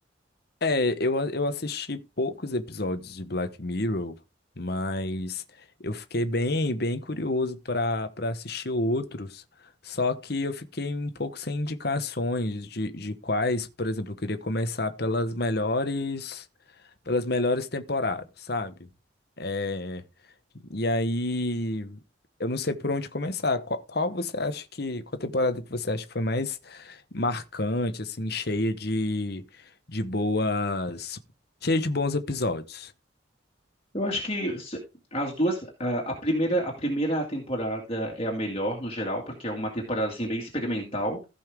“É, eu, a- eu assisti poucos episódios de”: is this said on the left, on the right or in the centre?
Left